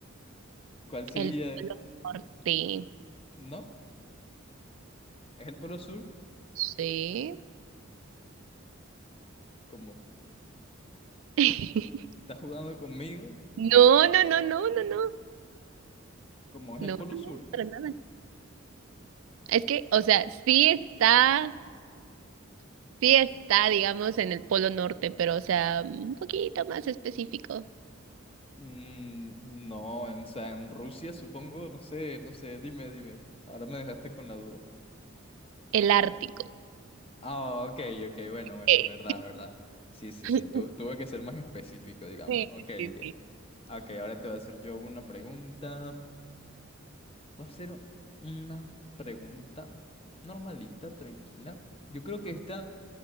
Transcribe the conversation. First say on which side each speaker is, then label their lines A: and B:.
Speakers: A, on the left; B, on the right.
A: <laughs> ¿cuál
B: El Polo
A: sería?
B: Norte.
A: ¿No? ¿Es el Polo Sur?
B: Sí.
A: ¿Cómo?
B: <laughs>
A: ¿Estás jugando conmigo?
B: No, no, no, no, no, no.
A: ¿Cómo es
B: No,
A: el Polo
B: no,
A: Sur?
B: no, para nada. Es que, o sea, sí está, sí está, digamos, en el Polo Norte, pero, o sea, un poquito más específico.
A: Mm, no, en, o sea, en Rusia supongo, no sé, no sé, dime, dime. Ahora me dejaste con la duda.
B: El Ártico.
A: Ah, ok, ok, bueno, bueno,
B: Ey.
A: verdad, verdad. Sí, sí,
B: <laughs>
A: sí, tu- tuve que ser más específico, digamos.
B: Sí,
A: Ok,
B: sí, sí,
A: ok.
B: sí.
A: Ok, ahora te voy a hacer yo una pregunta. Va a ser una pregunta normalita, tranquila. Yo creo que esta...